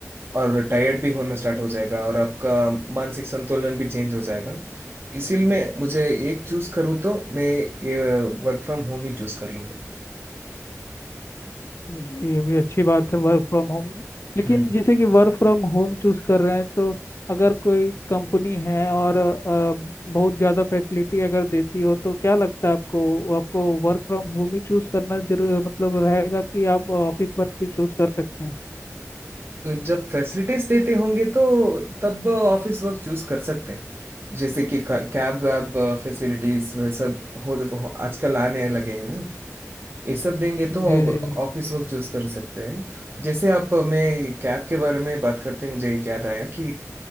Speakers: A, on the right (about 45°); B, on the left (about 50°).
A: और टायर्ड भी होना स्टार्ट हो जाएगा और आपका मानसिक संतुलन भी चेंज हो जाएगा इसीलिए मैं मुझे एक चूज करूँ तो मैं ये वर्क फ्रॉम होम ही चूज कर लूंगा
B: जी ये भी अच्छी बात है वर्क फ्रॉम होम लेकिन
A: हम्म
B: जैसे कि वर्क फ्रॉम होम चूज कर रहे हैं तो अगर कोई कंपनी है और अ, बहुत ज़्यादा फैसिलिटी अगर देती हो तो क्या लगता है आपको आपको वर्क फ्रॉम होम ही चूज करना जरूर मतलब रहेगा कि आप ऑफिस वर्क भी चूज कर सकते हैं
A: जब फैसिलिटीज देते होंगे तो तब ऑफिस वर्क चूज कर सकते हैं जैसे कि कैब वैब फैसिलिटीज वह सब हो, हो आजकल आने लगे हैं ना ये सब देंगे तो
B: जी जी
A: ऑफिस वर्क चूज कर सकते हैं जैसे आप मैं कैब के बारे में बात करते हैं मुझे एक याद आया कि